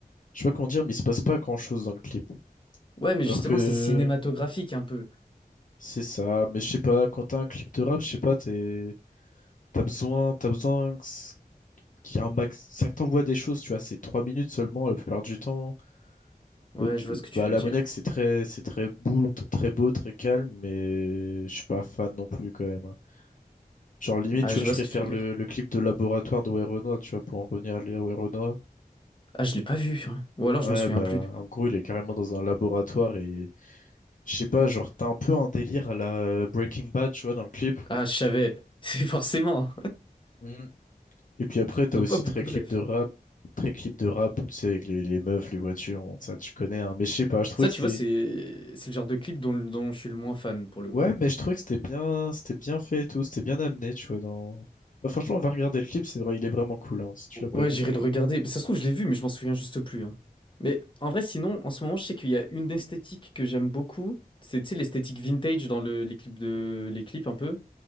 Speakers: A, on the left (about 55°); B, on the left (about 30°).
A: je sais pas comment dire, mais il se passe pas grand-chose dans le clip.
B: Ouais, mais justement,
A: Alors que
B: c'est cinématographique, un peu.
A: c'est ça, mais je sais pas, quand t'as un clip de rap, je sais pas, t'es... t'as besoin, t'as besoin que c- qu'il y ait un max. Ça t'envoie des choses, tu vois, c'est trois minutes seulement la plupart du temps.
B: Ouais,
A: Au-
B: je vois ce que
A: Bah,
B: tu veux
A: à l'ammoniaque,
B: dire.
A: c'est très, c'est très beau, très beau, très calme, mais je suis pas fan non plus quand même. hein. Genre limite,
B: Ouais,
A: tu vois,
B: je
A: je
B: vois
A: préfère
B: ce que tu veux
A: le,
B: dire.
A: le clip de laboratoire de Werenoi, tu vois, pour en revenir à Léo Werenoi.
B: Ah, je l'ai pas vu, hein. Ou alors,
A: Ouais,
B: je m'en souviens
A: bah,
B: plus.
A: en gros, il est carrément dans un laboratoire et je sais pas, genre, t'as un peu un délire à la euh, Breaking Bad, tu vois, dans le clip.
B: Ah, je savais. <laughs> C'est forcément.
A: Mhm. Et puis après, t'as
B: Ils
A: aussi
B: ont pas beaucoup
A: très clip
B: de refs.
A: de rap, très clip de rap, tu sais, avec les, les meufs, les voitures, bon, ça, tu connais, hein. Mais je sais pas, je trouvais
B: Ça,
A: que
B: tu
A: c'était,
B: vois, c'est c'est le genre de clip dont, dont je suis le moins fan pour
A: ouais,
B: le coup.
A: mais je trouvais que c'était bien, c'était bien fait et tout, c'était bien amené, tu vois, dans, bah, franchement, on va regarder le clip, c'est vrai, il est vraiment cool, hein, si tu l'as pas
B: Ouais,
A: vu.
B: j'irai le regarder. Mais ça se trouve, je l'ai vu, mais je m'en souviens juste plus. hein. Mais en vrai, sinon, en ce moment, je sais qu'il y a une esthétique que j'aime beaucoup. C'est, tu sais, l'esthétique vintage dans le- les clips de, les clips un peu.